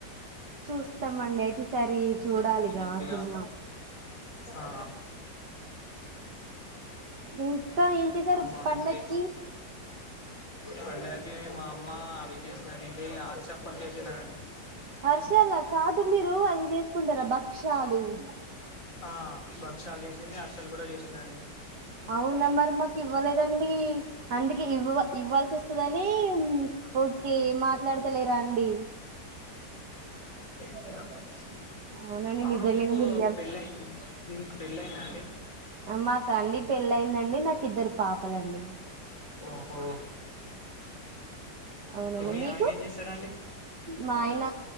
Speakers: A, on the right; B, on the left.
A: చూస్తామండి అయితే ఈసారి
B: మంచిగా
A: చూడాలిగా
B: ఉంది మంచిగా
A: ఆ సినిమా
B: ఆ
A: ఇంకా ఏం చేశారు
B: ఆ
A: పండకి
B: అంతే పండగకి మా అమ్మ అవి చేసినానడి ఆరు చెప్పలు చేసినాడి
A: హర్షి అలా కాదు మీరు అ విజేత్ కుంటారా భక్ష్యాలు బా
B: ఆ బక్ష లేసినే అర్ కూడా చేసిందండి
A: అవునా మరి మాకు ఇవ్వలేదండి అందుకే ఇవ్వ ఇవ్వాల్సి వస్తదని ఓకే మాట్లాడతలేరా అండి
B: అ
A: అవునండి
B: అవును
A: నిజంగానే
B: ఇకు
A: మీరు ఇయ్యాలి
B: పెళ్ళయి మీకు పెళ్ళ అయినా
A: మా తండి పెళ్ళయిందండి నాకు కద్దరు పాపలండి
B: ఓహో
A: అవునండి
B: మీ
A: మీకు
B: ఆయన ఏం చేస్తాడండి
A: మా ఆయన